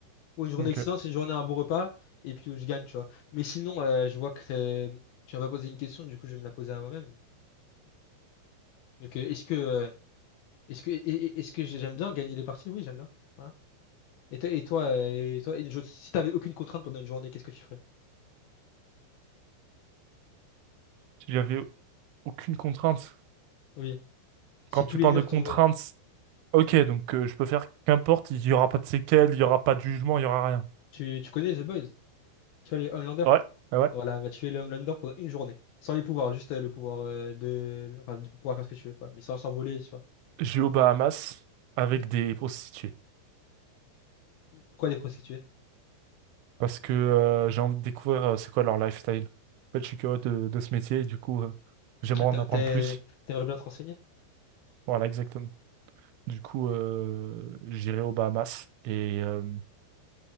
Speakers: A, on the left (about 70°); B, on the right (about 85°).
A: ouais, une journée
B: Ok.
A: excellente, c'est une journée à un bon repas et puis où je gagne, tu vois. Mais sinon, euh, je vois que euh, tu m'as pas posé une question, du coup, je vais me la poser à moi-même. Donc, euh, est-ce que, euh, est-ce que, et- et- est-ce que j'aime bien gagner les parties? Oui, j'aime bien. Voilà. Et toi, et toi, euh, et toi, une jo- si t'avais aucune contrainte pendant une journée, qu'est-ce que tu ferais?
B: J'avais aucune contrainte.
A: Oui. Si
B: Quand tu
A: tous les
B: parles
A: murs
B: de contraintes,
A: tombaient,
B: ok, donc euh, je peux faire qu'importe, il n'y aura pas de séquelles, il n'y aura pas de jugement, il n'y aura rien.
A: tu, tu connais The Boys? Tu vois les Homelanders?
B: Ouais, ah ouais.
A: Voilà, va tuer les Homelanders pendant une journée. Sans les pouvoirs, juste euh, le pouvoir euh, de, enfin, de pouvoir faire ce que tu veux, quoi. Mais sans s'envoler, tu vois.
B: J'ai aux Bahamas avec
A: Hmm?
B: des prostituées.
A: Pourquoi des prostituées?
B: Parce que euh, j'ai envie de découvrir euh, c'est quoi leur lifestyle. En fait, je suis curieux de, de ce métier et du coup, euh, j'aimerais
A: Ah, t'aimes-
B: en apprendre
A: t'es-
B: plus.
A: t'aimerais bien te renseigner?
B: Voilà, exactement. Du coup, euh, j'irai aux Bahamas et, euh,